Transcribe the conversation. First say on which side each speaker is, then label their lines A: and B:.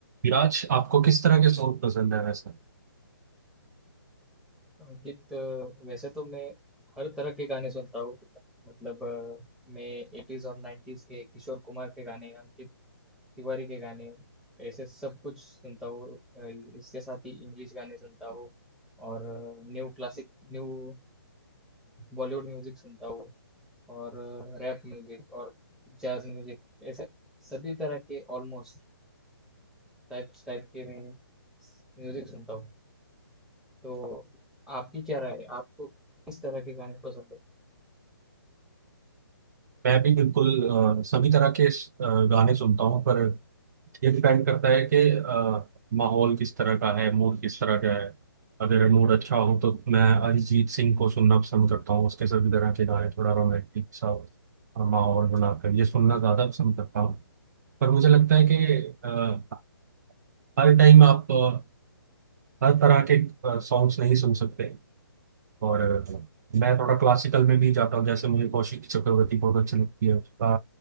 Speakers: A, on the right; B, in the centre.
A: विराज आपको किस तरह के सॉन्ग पसंद है वैसे
B: अंकित वैसे तो मैं हर तरह के गाने सुनता हूँ मतलब अ, मैं एटीज और नाइन्टीज के किशोर कुमार के गाने अंकित तिवारी के गाने ऐसे सब कुछ सुनता हूँ अ, इसके साथ ही इंग्लिश गाने सुनता हूँ और new classic new Bollywood music सुनता हूँ और रैप म्यूजिक और जैज म्यूजिक ऐसे सभी तरह के ऑलमोस्ट टाइप्स टाइप के मैं म्यूजिक सुनता हूँ तो आपकी क्या राय है? आपको किस तरह के गाने पसंद है
A: मैं भी बिल्कुल अ, सभी तरह के अ, गाने सुनता हूँ पर ये डिपेंड करता है कि अ, माहौल किस तरह का है मूड किस तरह का है अगर मूड अच्छा हो तो मैं अरिजीत सिंह को सुनना पसंद करता हूँ उसके सभी तरह के गाने थोड़ा रोमांटिक सा अ, माहौल बनाकर ये सुनना ज़्यादा पसंद करता हूँ पर मुझे लगता है कि अ, हर टाइम आप अ, हर तरह के सॉन्ग्स नहीं सुन सकते और अ, मैं थोड़ा क्लासिकल में भी जाता हूँ जैसे मुझे कौशिक चक्रवर्ती बहुत अच्छी लगती है उसका